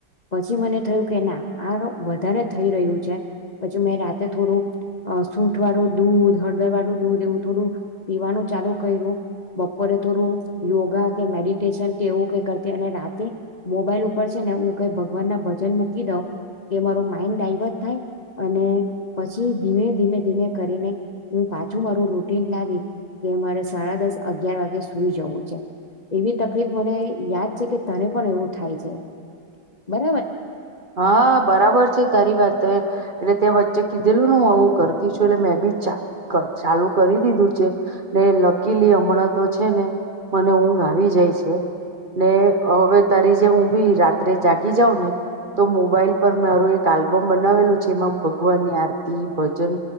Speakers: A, on the left; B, on the right.
A: પછી મને થયું કે ના આ વધારે થઈ રહ્યું છે પછી મેં રાતે થોડું અ સૂઠ વાળું દૂધ, હળદર વાળું દૂધ એવું થોડું પીવાનું ચાલુ કર્યું. બપોરે થોડું યોગા કે મેડિટેશન કે એવું કઈ કરતી. અને રાતે મોબાઈલ ઉપર છે ને, હું કઈ ભગવાન ના ભજન મૂકી દઉં, કે મારો માઈન્ડ ડાઈવર્ટ થાય, અને પછી ધીમે ધીમે ધીમે કરીને હું પાછું મારું રૂટીન લાવી કે, મારે સાડા દસ અગિયાર વાગે સુઈ જવું છે. એવી તકલીફ મને યાદ છે કે, તને પણ એવું થાય છે. બટ
B: હા બરાબર છે, તારી વાત એટલે તે વ જે કીધેલું ને આવું કરતી છું. એટલે મેં બી ચ ચાલુ કરી દીધું છે ને, લકીલી હમણાં તો છે ને મને ઊઘ આવી જાય છે. ને હવે તારી જેમ હું બી રાત્રે જાગી જાઉં ને? તો મોબાઈલ પર મારું એક આલ્બમ બનાવેલું છે. એમાં ભગવાનની આરતી, ભજન